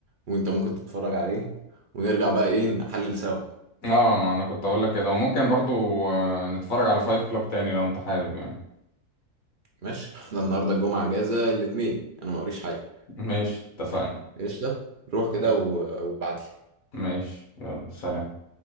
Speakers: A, on the right; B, on the left.
A: وأنت ممكن تتفرج عليه ونرجع بقى إيه نحلل سوا
B: اه ما انا كنت اقول لك كده وممكن برضو آه، نتفرج على فايت كلاب تاني لو انت حابب يعني
A: ماشي احنا النهارده الجمعه اجازه الاثنين انا ما اوريش حاجه
B: ماشي اتفقنا
A: قشطه روح كده
B: ماشي
A: و- وابعت لي
B: ماشي يلا سلام